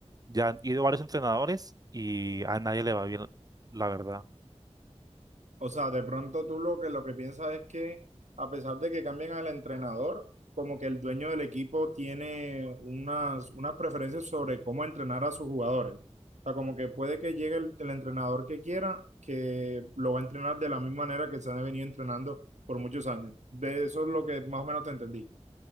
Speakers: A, on the right; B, on the right.
A: ya han ido varios entrenadores y a nadie le va bien, la verdad.
B: O sea, de pronto tú lo que, lo que piensas es que a pesar de que cambien al entrenador, como que el dueño del equipo tiene unas, unas preferencias sobre cómo entrenar a sus jugadores. O sea, como que puede que llegue el, el entrenador que quiera, que lo va a entrenar de la misma manera que se han venido entrenando por muchos años. De eso es lo que más o menos te entendí.